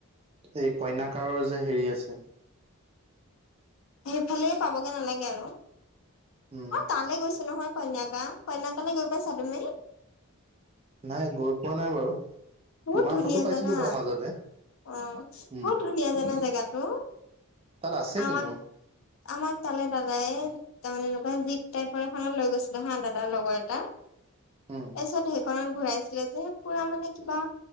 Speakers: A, on the right; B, on the left.
A: এই কইনাকাৰৰ যে হেৰি আছে।
B: সেইফালে পাবগে নালাগে আৰু অ',
A: উম
B: তালৈ গৈছোঁ নহয়? কন্যাকা, কন্যাকা লৈ গৈ পাইছা তুমি?
A: নাই গৈ পোৱা নাই বাৰু।
B: বহুত
A: তোমাৰ
B: ধুনীয়া
A: ফটো পাইছিলো
B: জানা?
A: বাৰু মাজতে
B: অ',
A: উম
B: বহুত ধুনীয়া জানা জেগাটো।
A: তাত আছে
B: আমাক
A: কিনো?
B: আমাক তালে দাদাই তাৰ মানে এনেকুৱা জীপ টাইপৰ এখনত লৈ গৈছিলে হা দাদাৰ লগৰ এটা,
A: উম
B: তাৰপিছত খনত ঘূৰাইছিলে যে পুৰা মানে কিবা